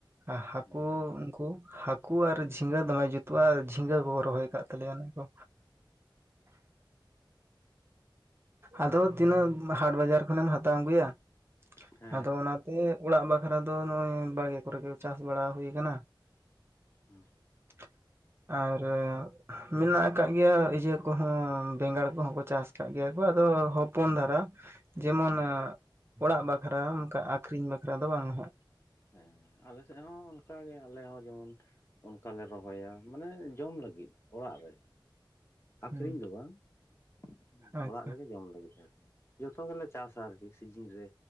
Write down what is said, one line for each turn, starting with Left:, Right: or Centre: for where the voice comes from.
Right: ᱟᱨ ᱦᱟᱹᱠᱩ
Left: ᱦᱩᱸ
Right: ᱩᱱᱠᱩ ᱦᱟᱹᱠᱩ ᱟᱨ ᱡᱷᱤᱸᱜᱟᱹ ᱫᱚᱢᱮ ᱡᱩᱛᱩᱜ-ᱟ ᱟᱨ ᱡᱷᱤᱸᱜᱟᱹ ᱠᱚ ᱨᱚᱦᱚᱭ
Left: ᱦᱮᱸ
Right: ᱠᱟᱫ
Left: ᱦᱮᱸ
Right: ᱛᱟᱞᱮᱭᱟ ᱚᱱᱮ ᱠᱚ᱾ ᱟᱫᱚ ᱛᱤᱱᱟᱹᱜ ᱦᱟᱴ ᱵᱟᱡᱟᱨ ᱠᱷᱚᱱᱮᱢ ᱦᱟᱛᱟᱣ ᱟᱹᱜᱩᱭᱟ᱾
Left: ᱦᱮᱸ ᱦᱮᱸ
Right: ᱟᱫᱚ ᱚᱱᱟ ᱛᱮ ᱚᱲᱟᱜ ᱵᱟᱠᱷᱨᱟ ᱫᱚ ᱱᱚᱜ-ᱚᱭ ᱵᱟᱲᱜᱮ ᱠᱚᱨᱮ ᱜᱮ ᱪᱟᱥ ᱵᱟᱲᱟ ᱦᱩᱭ ᱠᱟᱱᱟ᱾
Left: ᱦᱩᱸ᱾
Right: <inaudible> ᱟᱨ ᱢᱮᱱᱟᱜ ᱟᱠᱟᱫ ᱜᱮᱭᱟ ᱤᱭᱟᱹ ᱠᱚᱦᱚᱸ, ᱵᱮᱸᱜᱟᱲ ᱠᱚᱦᱚᱸ ᱠᱚ ᱪᱟᱥ ᱟᱠᱟᱫ ᱜᱮᱭᱟ᱾ ᱜᱚ ᱫᱚ ᱦᱚᱯᱚᱱ ᱫᱷᱟᱨᱟ ᱡᱮᱢᱚᱱᱟ
Left: ᱦᱩᱸ
Right: ᱚᱲᱟᱜ ᱵᱟᱠᱷᱨᱟ ᱚᱱᱠᱟ ᱟᱠᱷᱨᱤᱧ ᱵᱟᱠᱷᱨᱟ ᱫᱚ ᱵᱟᱝᱟ ᱦᱟᱸᱜ᱾
Left: ᱦᱮᱸ ᱟᱞᱮ ᱥᱮᱫ ᱦᱚᱸ ᱚᱱᱠᱟᱜᱮ ᱟᱞᱮ ᱦᱚᱸ ᱡᱮᱢᱚᱱ ᱚᱱᱠᱟ ᱞᱮ ᱨᱚᱦᱚᱭᱟ ᱢᱟᱱᱮ ᱡᱚᱢ ᱞᱟᱹᱜᱤᱫ ᱚᱲᱟᱜ ᱨᱮ᱾
Right: ᱦᱩᱸ
Left: ᱟᱠᱷᱨᱤᱧ ᱫᱚ ᱵᱟᱝ᱾ ᱦᱩᱸ᱾
Right: ᱟᱪᱪᱷᱟ
Left: ᱚᱲᱟᱜ ᱨᱮᱜᱮ ᱡᱚᱢ ᱞᱟᱹᱜᱤᱫ ᱟᱨᱠᱤ᱾ ᱡᱚᱛᱚ ᱜᱮᱞᱮ ᱪᱟᱥᱟ ᱟᱨᱠᱤ ᱥᱤᱡᱤᱱ ᱨᱮ᱾